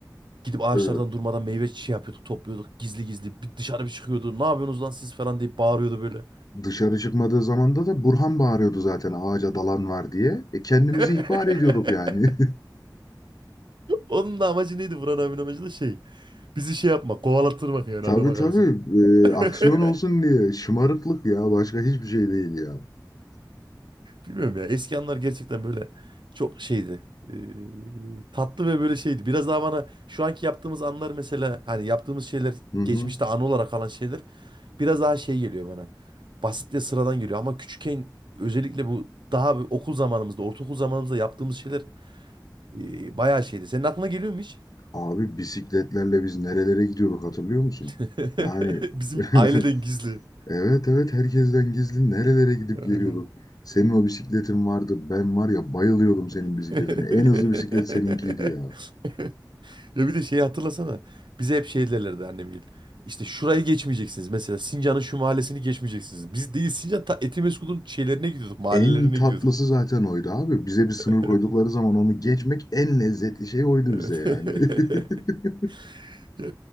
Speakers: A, on the right (about 85°); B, on the left (about 55°).
A: Gidip ağaçlardan
B: Ee,
A: durmadan meyve şey yapıyorduk, topluyorduk. Gizli gizli bir dışarı bir çıkıyordu. Ne yapıyorsunuz lan siz falan deyip bağırıyordu böyle.
B: dışarı çıkmadığı zamanda da Burhan bağırıyordu zaten ağaca dalan var diye. E, kendimizi
A: <laughs>
B: ihbar ediyorduk yani.
A: Onun da amacı neydi? Buran abinin amacı da şey. Bizi şey yapmak, kovalattırmak
B: <laughs>
A: yani
B: Tabii
A: adama
B: tabii
A: karşı.
B: Ee,
A: <laughs>
B: aksiyon olsun diye şımarıklık ya başka hiçbir şey değil ya.
A: Bilmiyorum ya. Eski anlar gerçekten böyle çok şeydi. Ee, tatlı ve böyle şeydi. Biraz daha bana şu anki yaptığımız anlar mesela hani yaptığımız şeyler
B: Hı hı.
A: geçmişte anı olarak kalan şeyler biraz daha şey geliyor bana. Basit ve sıradan geliyor ama küçükken özellikle bu daha bir okul zamanımızda, ortaokul zamanımızda yaptığımız şeyler e, bayağı şeydi. Senin aklına geliyor mu hiç?
B: Abi bisikletlerle biz nerelere gidiyorduk hatırlıyor musun?
A: <laughs>
B: Yani
A: Bizim
B: <laughs>
A: aileden gizli.
B: Evet evet herkesten gizli nerelere gidip
A: Aynen.
B: geliyorduk. Senin o bisikletin vardı. Ben var ya bayılıyordum senin
A: <laughs>
B: bisikletine. En hızlı bisiklet seninkiydi ya.
A: Ya bir de şeyi hatırlasana. Bize hep şey derlerdi annemgil. İşte şurayı geçmeyeceksiniz. Mesela Sincan'ın şu mahallesini geçmeyeceksiniz. Biz değil Sincan ta Etimesgut'un şeylerine gidiyorduk. Mahallelerine
B: En tatlısı
A: gidiyorduk.
B: zaten oydu abi. Bize bir
A: <laughs>
B: sınır koydukları zaman onu geçmek en lezzetli şey oydu
A: Evet.
B: bize yani.
A: <laughs>
B: <laughs>
A: Ya